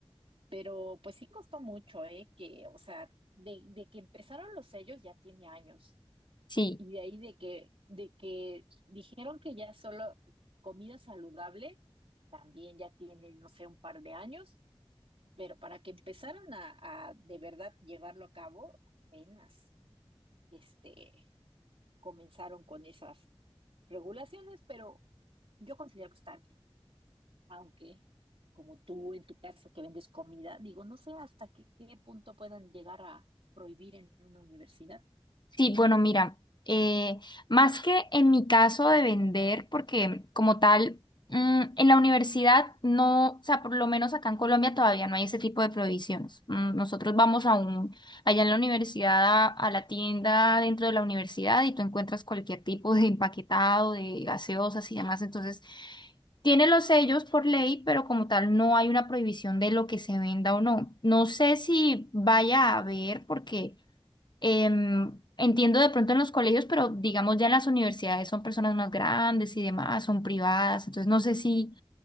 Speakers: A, on the right; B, on the left.
A: pero pues sí costó mucho, ¿eh? Que, o sea, de, de que empezaron los sellos ya tiene años.
B: Sí,
A: Y de ahí de que, de que dijeron que ya solo comida saludable, también ya tiene, no sé, un par de años. Pero para que empezaran a, a de verdad llevarlo a cabo, apenas este, comenzaron con esas regulaciones, pero yo considero que está bien. aunque como tú en tu caso que vendes comida, digo, no sé hasta qué, qué punto puedan llegar a prohibir en una universidad.
B: sí, bueno, mira, eh, más que en mi caso de vender, porque como tal, mm, en la universidad no, o sea, por lo menos acá en Colombia todavía no hay ese tipo de prohibiciones. Mm, nosotros vamos a un, allá en la universidad, a, a la tienda dentro de la universidad y tú encuentras cualquier tipo de empaquetado, de gaseosas y demás. Entonces, tiene los sellos por ley, pero como tal no hay una prohibición de lo que se venda o no. No sé si vaya a haber, porque... Em, entiendo de pronto en los colegios, pero digamos ya en las universidades son personas más grandes y demás, son privadas, entonces no sé si,